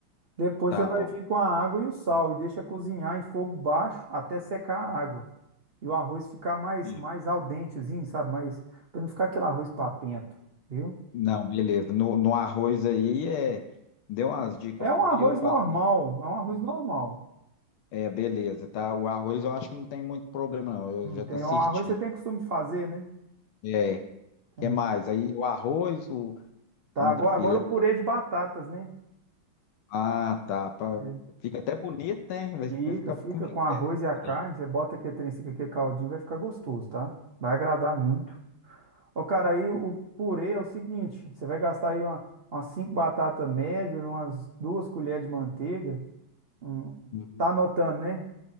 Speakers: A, on the right; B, on the left.
A: Depois
B: tá
A: você vai
B: bom.
A: vir com a água e o sal e deixa cozinhar em fogo baixo até secar a água. E o arroz ficar mais,
B: É.
A: mais al dentezinho, sabe? Mas para não ficar aquele arroz papento, viu?
B: Não, beleza. No, no arroz aí, é, deu umas dicas
A: É, é
B: boas
A: um arroz
B: e eu faço.
A: normal, é um arroz
B: Uhum.
A: normal.
B: É, beleza, tá? O arroz eu acho que não tem muito problema, não. Eu
A: Não
B: já
A: tem,
B: tô assistindo.
A: o arroz você tem costume de fazer, né?
B: É.
A: Tem.
B: que mais? Aí o arroz, o
A: Tá,
B: contra
A: agora,
B: filé.
A: agora o purê de batatas, né?
B: Ah, tá. Pra-
A: É.
B: Fica até bonito, né? Vai,
A: Fica,
B: vai ficar.
A: fica
B: Como é
A: com arroz
B: que é? isso
A: e a
B: aí?
A: carne. Você bota aqui trem, fica aqui caldinho, vai ficar gostoso, tá? Vai agradar muito. Ó, cara, aí o purê é o seguinte: você vai gastar aí uma, umas cinco batatas médias, umas duas colheres de manteiga. um-
B: Uhum.
A: tá anotando, né?